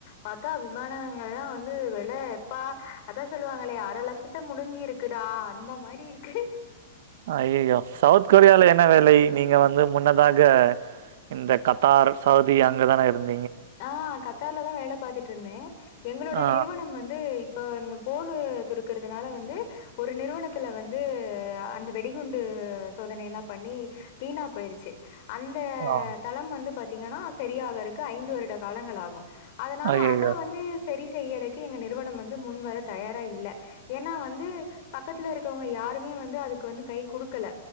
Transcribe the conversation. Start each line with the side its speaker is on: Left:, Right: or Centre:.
Left: பத்தா விமானங்கல்லா வந்து வில ப்பா அதா சொல்லுவாங்களயே அரை லட்சத்த முடுங்கி இருக்குடா அந்த மாரி இருக்கு
Right: அய்அய்யோ சவுத் கொரியால என்ன வேல நீங்க வந்து முன்னதாக இந்த கத்தார் சவுதி அங்கதான இருந்
Left: ஆ கத்தார்லதா வேல பாத்துட்டு இருந்தேன் எங்களோட
Right: ஆ,
Left: நிறுவனம் வந்து இப்போ இந்த போர் துடுக்கறிறதுனால வந்து ஒரு நிறுவனத்துல வந்து அந்த வெடிகுண்டு சோதனைல்லா பண்ணி வீணா போயிருச்சி அந்த
Right: ஆ.
Left: தளம் வந்து பாத்தீங்கன்னா சரியாகரக்கு ஐந்து வரு ட காலங்கள் ஆகு அதனால
Right: ஐயய்யோ!
Left: அத வந்து செரி செய்யறதுக்கு எங்க நிறுவனம் வந்து முன் வர தயாரா இல்ல ஏன்னா வந்து பக்கத்துல இருக்கவங்க யாருமே வந்து அதுக்கு வந்து கை குடுக்கல